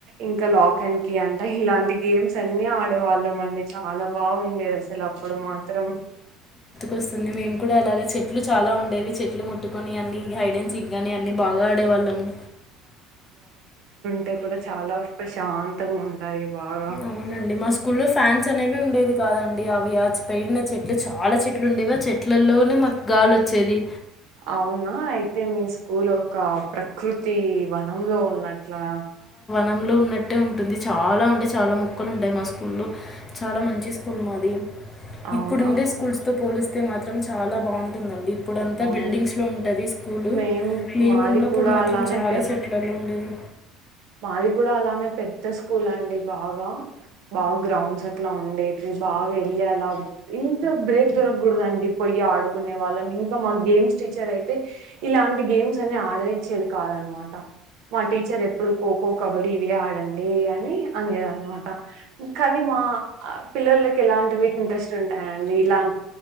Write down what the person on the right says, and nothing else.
ఇంకా లాక్ అండ్ కి అంట ఇలాంటి గేమ్స్ అన్ని ఆడే వాళ్ళం. అండి చాలా బాగుండేది అసలు అప్పుడు మాత్రం
టే కూడా చాలా ప్రశాంతంగా ఉంటది బాగా
అవునా అయితే మీ స్కూల్ ఒక ప్రకృతి తి వనంలో ఉన్నట్లా
అవునా
అవును
మేం
మాది
కూడా
అలానే
పెద్ద
మాది కూడా అలానే పెద్ద స్కూల్ అండి బాగా బాగా గ్రౌండ్స్ అట్లా ఉండేటివి. బాగా వెళ్ళి అలా ఇంత బ్రేక్ దొరకకూడదండి. పొయ్యి ఆడుకునే వాళ్ళం. ఇంకా మా గేమ్స్ టీచర్ అయితే ఇలాంటి గేమ్స్ అన్ని ఆడనిచ్చేది కాదన్నమాట మా టీచర్ ఇప్పుడు ఖోఖో కబడ్డి ఇవే ఆడే డే అని అనేది అన్నమాట కానీ మా పిల్లలకి ఇలాంటివి ఇంట్రెస్ట్ ఉంటాయండి ఇలాం